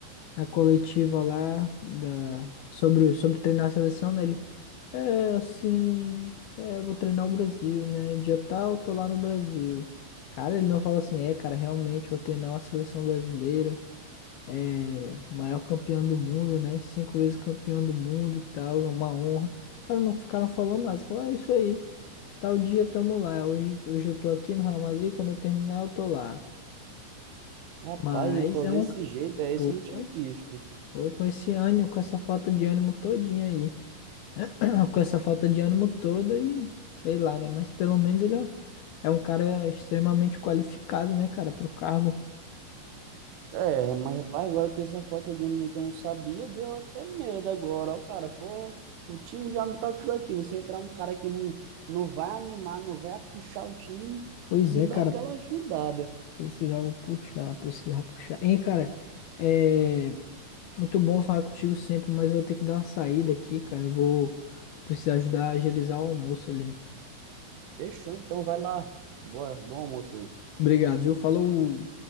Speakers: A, on the left; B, on the right.
A: na coletiva lá, da, sobre, sobre treinar a seleção, né? É, assim, é, eu vou treinar o Brasil, né? Dia tal, tô lá no Brasil. Cara, ele não fala assim, é, cara, realmente vou treinar a seleção brasileira, é, o maior campeão do mundo, né? Cinco vezes campeão do mundo e tal, é uma honra. Cara, não ficaram falando nada, falou, é isso aí, tal dia tamo lá, hoje, hoje eu tô aqui no Real Madrid, quando eu terminar eu tô lá.
B: Rapaz,
A: Mas
B: ele falou
A: é
B: desse
A: um.
B: jeito, é esse
A: Foi,
B: eu não tinha visto.
A: foi com esse ânimo, com essa falta de ânimo todinha aí. <clears throat> com essa falta de ânimo toda e sei lá, né? Mas pelo menos ele é é um cara extremamente qualificado, né, cara, pro cargo.
B: É, mas rapaz, agora com essa falta de um menino que eu não sabia, deu até medo agora, ó, cara. Pô, o time já não tá tudo aqui. Você entrar um cara que não, não vai animar, não vai puxar o time,
A: Pois
B: não
A: é, cara,
B: dá aquela ajudada.
A: precisava puxar, precisava puxar. Hein, cara, é muito bom falar contigo sempre, mas vou ter que dar uma saída aqui, cara. Eu vou precisar ajudar a agilizar o almoço ali.
B: Fechou, então vai lá. Boa, bom almoço aí.
A: Obrigado, viu? Falou.